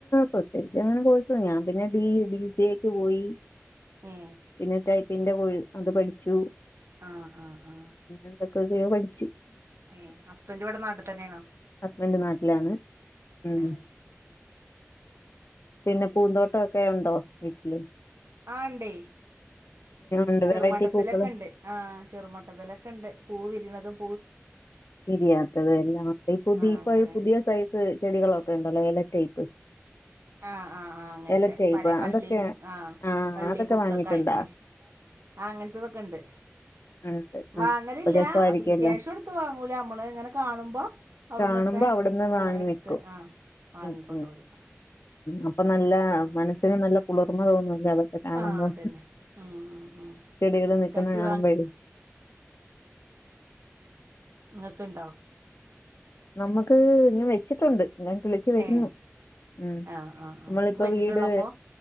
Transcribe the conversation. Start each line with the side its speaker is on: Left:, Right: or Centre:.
Left: പ്രെത്യേകിച്ചങ്ങനെ കോഴ്സ് ഞാൻ പിന്നെ ഡി ബി സിയക്ക് പോയി
Right: ഏ
Left: പിന്നെന്തായി പിന്റെ കോഴി അത് പഠിച്ചു
Right: ആ ആ ആ
Left: പിന്നെ എന്തൊക്കൊക്കെയോ പഠിച്ചു
Right: ഏ ഹസ്ബൻഡ് ഇവിടെ നാട്ടിൽ തന്നെയാണോ
Left: ഹസ്ബൻ്റ് നാട്ടിലാണ് ഉം
Right: ഏ
Left: പിന്നെ
Right: അത് ശരി
Left: പൂന്തോട്ടം ഒക്കെ ഉണ്ടോ വീട്ടില്
Right: ആ ഇണ്ടേ
Left: ഉണ്ട്
Right: ചെറുമട്ടത്തിലൊക്കെ
Left: വെറൈറ്റി പൂക്കള്
Right: ഉണ്ട് ആഹ് ചെറുമട്ടത്തിലൊക്കെ ഉണ്ട് പൂവിരുന്നതും
Left: വിരിയാത്തത് എല്ലാം പുതി
Right: ആ
Left: ഇപ്പൊ
Right: അങ്ങനെണ്ട്
Left: ഒരു പുതിയ സൈസ് ചെടികളോ ക്കെ ഉണ്ടല്ലോ എല ടൈപ്പ്
Right: ആഹ് ആഹ് ആഹ് അങ്ങനത്തെ
Left: എല ടൈപ്പ്
Right: പല കള്ളിയും
Left: അതൊക്കെ ആഹ്
Right: കള്ളി
Left: അതൊക്കെ
Right: കുത്തൊക്കെ
Left: വാങ്ങിട്ടുണ്ടാ
Right: ആയിട്ട് ആഹ് അങ്ങനത്തതൊക്കെ ഉണ്ട്
Left: ഉണ്ട്
Right: വാങ്ങലില്ലാ
Left: ആഹ് അപ്പൊ രസമായിരിക്കുമല്ലോ
Right: അപ്പ ഈ ക്യാഷ് എടുത്ത് വാ ങ്ങൂല നമ്മള് ഇങ്ങനെ കാണുമ്പോ അവിടുന്നൊക്കെ
Left: കാണുമ്പോ അവിടുന്ന്
Right: അങ്ങനെ
Left: വാങ്ങി
Right: എടുത്ത്
Left: വെക്കും
Right: ആഹ് വാങ്ങിക്കൊണ്ടുവരും
Left: ഉം ഉം അപ്പം നല്ല
Right: ഉം അങ്ങനെ
Left: മനസ്സിന് നല്ല കുളിർമ തോന്നു അതൊക്കെ കാണുമ്പോ
Right: ആഹ് അതന്നെ ഉം ഉം ഉം
Left: ചെടികള് നിക്കുന്ന
Right: ചട്ടി
Left: കാണുമ്പഴേ
Right: ഇങ്ങക്കുണ്ടോ
Left: നമ്മുക്ക് ഞാൻ വെച്ചിട്ടുണ്ട് എല്ലാം കിളിച്ചു വരുന്നു
Right: ഏഹ്
Left: ഉം
Right: ആഹ് ആഹ് ആഹ്
Left: നമ്മളിപ്പ
Right: ഇപ്പം വെച്ചിട്ടുള്ളപ്പോൾ
Left: വീട്